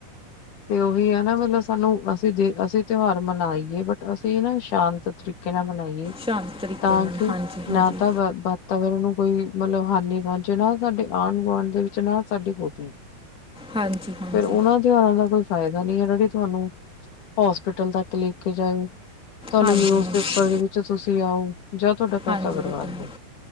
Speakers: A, on the left; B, in the centre.
A: ਤੇ ਉਹੀ ਹੈ ਨਾ ਮਲਬ ਸਾਨੂੰ ਅਸੀਂ ਦੇ ਅਸੀਂ ਤਿਉਹਾਰ ਮਨਾਈਏ, ਬਟ ਅਸੀਂ ਨਾ ਸ਼ਾਂਤ ਤਰੀਕੇ ਨਾਲ ਮਨਾਈਏ।
B: ਸ਼ਾਂਤ ਤਰੀਕੇ
A: ਤਾਂ
B: ਨਾਲ
A: ਕਿ
B: ਹਾਂਜੀ ਹਾਂਜੀ
A: ਨਾ ਤਾਂ ਬਾ ਤਾਂ ਫਿਰ ਉਹਨੂੰ ਕੋਈ ਮਤਲਬ ਹਾਨੀ ਪਹੁੰਚੇ ਨਾ, ਸਾਡੇ ਆਂਢ ਗੁਆਂਢ ਦੇ ਵਿੱਚ ਨਾ ਸਾਡੀ ਗੋਤੀਆਂ
B: ਹਾਂਜੀ। ਹਾਂਜੀ
A: ਫਿਰ ਉਹਨਾਂ ਤਿਉਹਾਰਾਂ ਦਾ ਕੋਈ ਫਾਇਦਾ ਨਹੀਂ ਹੈਗਾ, ਵੀ ਤੁਹਾਨੂੰ ਹੋਸਪਿਟਲ ਤੱਕ ਲੈ ਕੇ ਜਾਏ, ਤੁਹਾਨੂੰ
B: ਹਾਂਜੀ
A: ਨਿਊਜ਼
B: ਹਾਂਜੀ
A: ਪੇਪਰ ਦੇ ਵਿੱਚ ਤੁਸੀਂ ਆਓ। ਜਾਂ ਤੁਹਾਡਾ ਪੈਸਾ
B: ਹਾਂਜੀ,
A: ਬਰਬਾਦ
B: ਇਹ ਤਾਂ ਹੈ,
A: ਹੋ